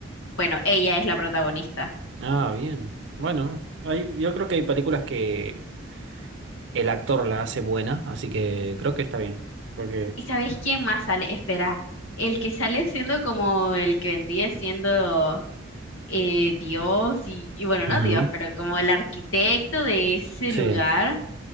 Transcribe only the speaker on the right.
Ah, bien. Bueno, hay- yo creo que hay películas que el actor la hace buena, así que creo que está bien. Creo que.
Ujú.
Sí,